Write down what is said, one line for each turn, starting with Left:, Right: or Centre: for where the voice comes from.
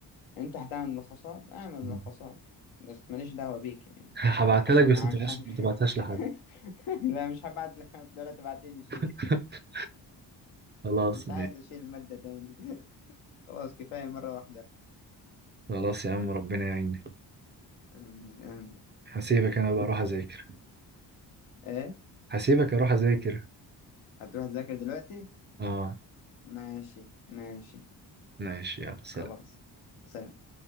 Left: انت هتعمل ملخصات اعمل
Right: مم.
Left: ملخصات بس ماليش دعوة بيك يعني
Right: <laughs> هبعتها
Left: لو حصل
Right: لك بس
Left: معاك
Right: ما تبعتهاش
Left: حاجة
Right: ما تبعتهاش لحد
Left: <laughs> لا مش هبعت لك دلوقتي تبعتلي شيء
Right: <laughs> خلاص
Left: مش عايز اشيل المادة تاني <laughs> خلاص كفاية مرة واحدة
Right: خلاص يا عم ربنا يعينك
Left: امين امين
Right: هسيبك انا بقى اروح اذاكر
Left: ايه
Right: هسيبك اروح اذاكر
Left: هتروح تذاكر دلوقتي
Right: اه
Left: ماشي ماشي
Right: ماشي يلا سلام
Left: خلاص سلام